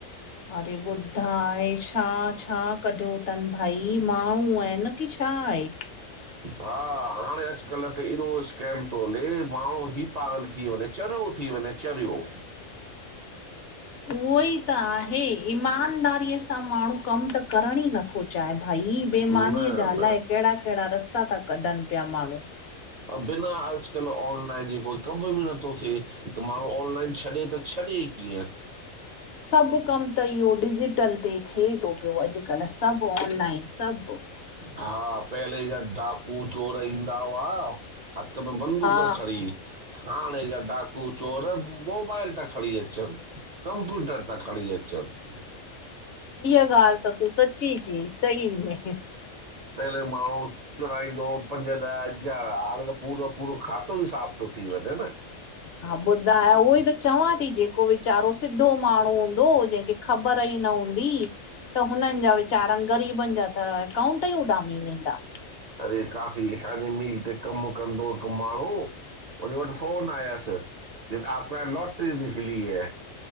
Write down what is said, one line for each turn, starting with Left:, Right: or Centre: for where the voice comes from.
Left: अरे ॿुधाए छा छा कढयो तन भाई माण्हू आहिन न कि छा आहे।
Right: हा हाणे अॼुकल्ह त एॾो स्कैम तो हले माण्हू ई पागल थी वञे। चरियो थी वञे चरियो।
Left: उहो ई त आहे ईमानदारीअ सां माण्हू कम त करण ई नथो चाहे भई बेमानीअ
Right: न
Left: जा
Right: न
Left: अलाए केड़ा केड़ा रस्ता ता कढन पिया माण्हूं।
Right: बिना अॼुकल्ह ऑनलाइन जे कोई कम बि नथो थे। त माण्हू ऑनलाइन छॾे त छॾे ई कीअं।
Left: सभु कम त इहो डिजीटल ते थिए तो पियो अॼुकल्ह सभु ऑनलाइन सभु।
Right: हा पहले जा डाकू चोर ईंदा हुआ हथ में बंदूक
Left: हा
Right: खणी, हाणे जा डाकू चोर मोबाइल ता खणी अचनि, कंप्यूटर ता खणी अचनि।
Left: इहा ॻाल्हि त तूं सच्ची चयई, सही में।
Right: पहले माण्हूं चुराईंदो हो, पंज ॾह हज़ार हाणे त पूरो पूरो खातो ई साफ़ थो थी वञे न।
Left: हा ॿुधाए उहो ई त चवां ती जेको वीचारो सिधो माण्हूं हूंदो जंहिंखे ख़बर ई न हूंदी, त हुननि जा वीचारन ग़रीबन जा त अकाउंट उंट ई उॾामी वेंदा।
Right: अड़े काफ़ी असांजे मील ते कम कंदो हो हिक माण्हूं हुन वट फ़ोन आयुस की आपका लॉटरी निकली है